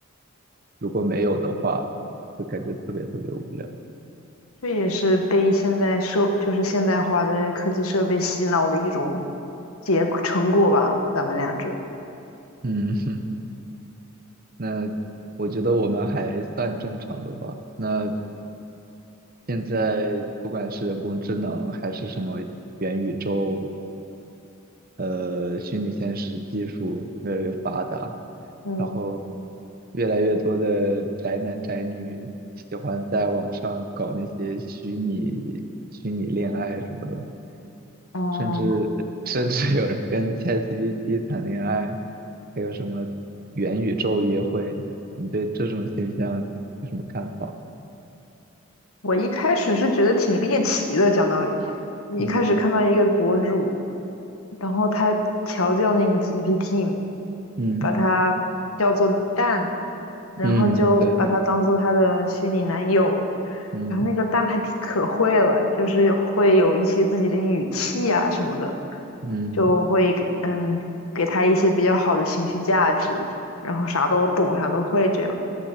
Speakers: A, on the right; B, on the left.
A: 如果没有的话，会感觉特别特别无聊。
B: 这也是被现在社，就是现代化的科技设备洗脑的一种。结成果吧，咱们俩这。
A: 嗯，<laughs> 那我觉得我们还算正常的吧。那现在不管是人工智能还是什么元宇宙，呃，虚拟现实技术越来越发达，
B: 嗯
A: 然后越来越多的宅男宅女喜欢在网上搞那些虚拟虚拟恋爱什么的，
B: 嗯，
A: 甚至甚至有人跟 ChatGPT 谈恋爱，还有什么元宇宙约会，你对这种现象有什么看法？
B: 我一开始是觉得挺猎奇的，讲道理，我一开始看到一个博主，
A: 嗯
B: 然后他调教那个 GPT，
A: 嗯
B: 把它叫做蛋，然后就把它当做他的虚拟男友，
A: 嗯，对，嗯
B: 然后那个蛋还挺可会了，就是有会有一些自己的语气啊什么的，
A: 嗯
B: 就会给嗯给他一些比较好的情绪价值，然后啥都懂，啥都会这样。